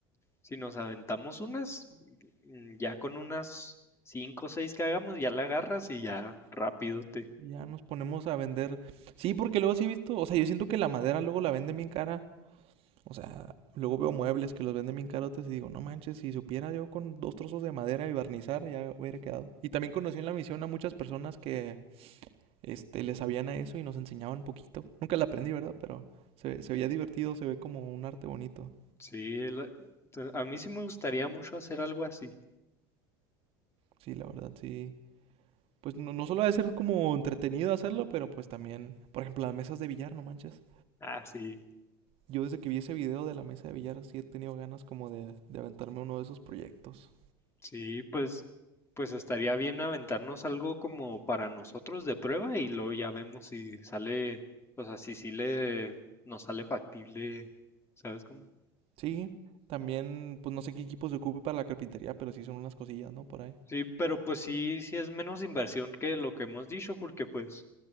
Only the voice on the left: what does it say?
si nos aventamos unas, mm, ya con unas cinco o seis que hagamos, ya la agarras y ya rápido te.
Sí, la- te- a mí sí me gustaría mucho hacer algo así.
Ah, sí.
Sí, pues, pues estaría bien aventarnos algo como para nosotros de prueba y luego ya vemos si sale, o sea, si sí le, nos sale factible, ¿sabes cómo?
Sí, pero pues sí, sí es menos inversión que lo que hemos dicho porque pues